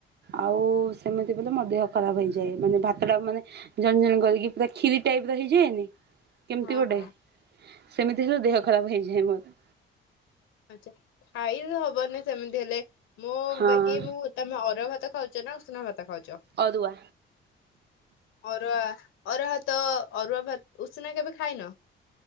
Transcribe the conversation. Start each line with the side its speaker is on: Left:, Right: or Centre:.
Right: ଆଉ ସେମିତି ବୋଲେ ମୋ ଦେହ ଖରାପ ହେଇଯାଏ ମାନେ ଭାତଟା ମାନେ ଝଣଝଣ କରିକି ପୁରା ଖିରି ଟାଇପର ହେଇ ଯିଏନି କେମିତି
Left: ହଁ
Right: ଗୋଟେ
Left: ହଁ
Right: ସେମିତି ହେଲେ ଦେହ ଖରାପ ହେଇଯାଏ ମୋର।
Left: ଆଛା ଖାଇବି ହବନି ସେମିତି ହେଲେ। ମୁଁ
Right: ହଁ
Left: ବାକି ମୁଁ ତମେ ଅରୁଆ ଭାତ ଖାଉଚ ନା ଉଷୁନା ଭାତ ଖାଉଚ
Right: ଅରୁଆ
Left: ଅରୁଆ ଆରୁଆ ଭାତ ଅରୁଆ ଭା ଉଷୁନା କେବେ ଖାଇନ?